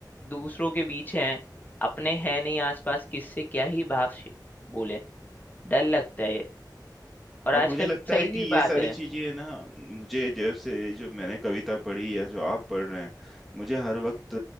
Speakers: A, on the left; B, in the centre.
A: दूसरों के बीच हैं अपने हैं नहीं आसपास किससे क्या ही भाव से बोले डर लगता है और
B: और
A: आजकल
B: मुझे लगता
A: सही
B: है कि
A: भी
B: ये
A: बात
B: सारी
A: है
B: चीजें ना मुझे जैसे जो मैंने कविता पढ़ी या जो आप पढ़ रहे हैं मुझे हर वक्त